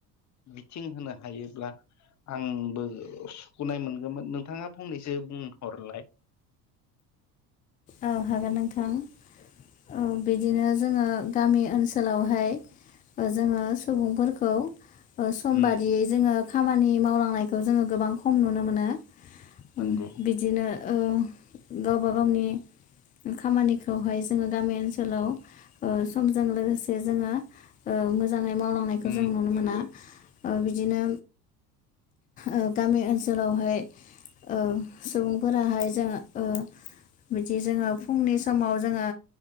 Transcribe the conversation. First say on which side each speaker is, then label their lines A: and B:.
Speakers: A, on the left (about 35°); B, on the left (about 20°).
A: बिथिं होनो हायोब्ला आंबो सुखुनाय मोनगौमोन नोंथाङा फंनैसो बुंहरलाय <unintelligible>
B: औ हागोन नोंथां औ बिदिनो जोङो गामि ओनसोलावहाय जोङो सुबुंफोरखौ सम
A: उम
B: बादियै जोङो खामानि मावलांनायखौ जोङो गोबां खम नुनो मोनो
A: नंगौ
B: ओम बिदिनो ओ गावबा गावनि खामानिखौहाय जोङो गामि ओनसोलाव ओ समजों लोगोसे से जोङो मोजाङै मावलांनायखौ
A: उम
B: जों नुनो
A: नंगौ
B: मोना। बिदिनो ओ गामि ओनसोलावहाय ओ सुबुंफोराहाय जोङो ओ बिदि जोङो फुंनि समाव जोङो